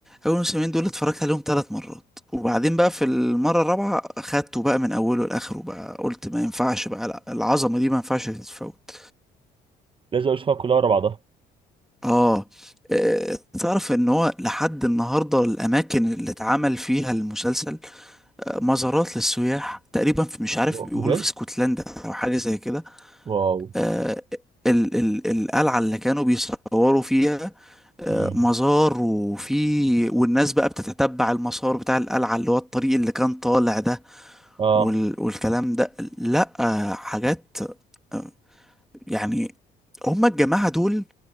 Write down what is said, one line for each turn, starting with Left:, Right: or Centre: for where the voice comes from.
Centre: اول موسمين دول اتفرجت عليهم ثلاث مرات وبعدين بقى في المره الرابعه خدته بقى من اوله لاخره بقى قلت ما ينفعش بقى لا العظمه دي ما ينفعش تتفوت
Right: لازم اقول اشوفها كلها ورا بعضها
Centre: اه آه، تعرف ان هو لحد النهارده الاماكن اللي اتعمل فيها المسلسل آه، مزارات للسياح تقريبا في مش عارف
Right: واو،
Centre: بيقولوا
Right: بجد
Centre: في اسكتلندا او حاجه زي كده
Right: واو
Centre: آه، ال ال القلعة اللي كانوا بيصوروا فيها آه،
Right: مم.
Centre: مزار وفي والناس بقى بتتتبع المسار بتاع القلعة اللي هو الطريق اللي كان طالع ده
Right: اه
Centre: وال والكلام ده لا آه، حاجات آه، يعني هما الجماعة دول